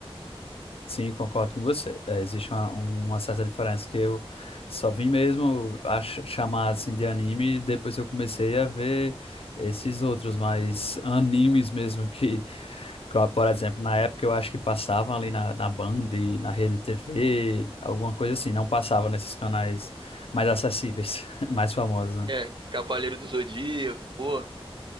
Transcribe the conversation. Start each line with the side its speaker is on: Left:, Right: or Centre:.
Left: Sim, concordo com você. É, existe uma, uma certa diferença que eu só vim mesmo a ch- chamar assim de anime depois que eu comecei a ver esses outros, mas animes mesmo que, que, por exemplo, na época eu acho que passavam ali na, na Band, na Rede TV, alguma coisa assim, não passava nesses canais mais acessíveis, <laughs> mais famosos, né?
Right: É, Cavaleiro do Zodíaco, pô.